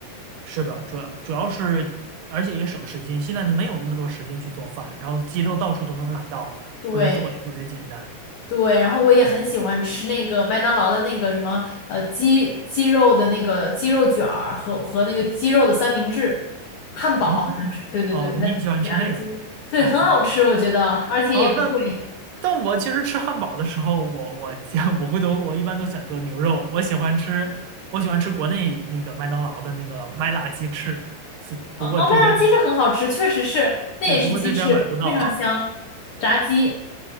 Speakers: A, on the right; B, on the left.
A: 是的，主要主要是，而且也省时间，现在呢没有那么多时间去做饭，然后鸡肉到处都能买到，
B: 对
A: 回来做也特别简单。
B: 对，然后我也很喜欢吃那个麦当劳的那个什么呃鸡鸡肉的那个鸡肉卷儿和和那个鸡肉的三明治，汉堡好像是，
A: 哦哦，
B: 对对对，
A: 你喜欢吃那个？
B: 它夹的鸡肉对，
A: 哦
B: 很好吃，我觉得，而且也不贵。
A: 哦，那但我其实吃汉堡的时候，我我 <laughs> 我回头我一般都选择牛肉，我喜欢吃我喜欢吃国内那个麦当劳的那个麦辣鸡翅，是不过这边。
B: 哦，哦麦辣鸡翅很好吃，确实是，那也是鸡翅，
A: 对，不过这边买不到
B: 非常香，
A: <laughs>
B: 炸鸡，